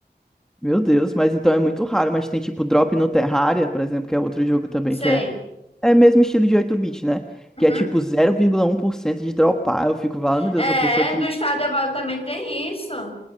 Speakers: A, in the centre; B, on the left.
A: Meu Deus, mas então é muito raro, mas tem tipo Drop no Terraria, por exemplo, que é outro jogo também
B: Sei.
A: que é é mesmo estilo de oito bit né?
B: Uhum.
A: Que é tipo zero vírgula um por cento de dropar. Eu fico, vale, meu Deus,
B: É,
A: a pessoa que,
B: do estado Evaldo também tem isso.